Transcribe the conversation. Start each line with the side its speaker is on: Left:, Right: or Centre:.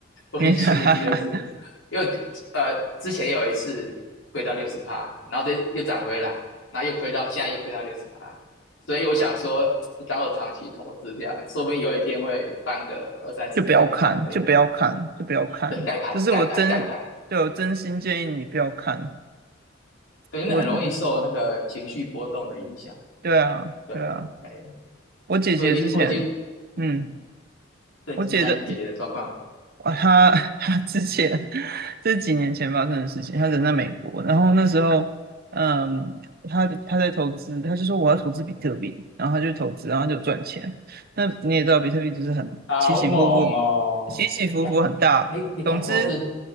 Left: <laughs> 我已经经历第二次了因为第呃之前有一次亏到六十八，
Right: 你 <laughs>
Left: 然后这又涨回来，然后又亏到现在又亏到六十八，所以我想说，当我长期投资这样，说不定有一天会翻个二三十倍、
Right: 就不要看，
Left: 一百倍，
Right: 就不要看，就不要看。
Left: 对，盖牌盖牌盖牌，
Right: 这是我真，对，我真心建议你不要看。
Left: 对，那很容易受那个情绪波动的影响，
Right: 我，对啊，
Left: 对啊，
Right: 对啊，
Left: 哎，
Right: 我姐姐之前，
Left: 我已经我已经。
Right: 嗯。
Left: 嗯，最近江怡姐姐的状况，
Right: 我姐的哇，
Left: 对，
Right: 他 <laughs> 他之前这几年前发生的事情，他人在美国，然后那时候，嗯，他他在投资，他就说我要投资比特币，然后他就投资，然后他就赚钱。那你也知道，比特币就是很起起伏伏，
Left: 好猛哦！
Right: 起起伏伏很大。
Left: 你敢，你你敢投资，
Right: 总之，